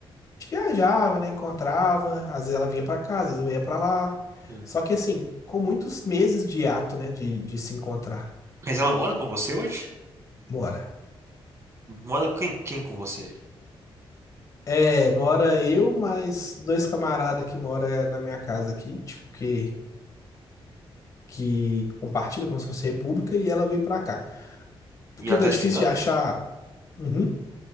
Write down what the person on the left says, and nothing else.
viajava, né? Encontrava, às vezes ela vinha pra cá, às vezes eu ia pra lá.
Só que assim, com muitos meses de hiato, né? De, de se encontrar.
Mora.
É, mora eu, mais dois camaradas que mora na minha casa aqui, tipo, que, que compartilha como se fosse república, e ela veio pra cá. Porque
tá
difícil
de achar. Uhum.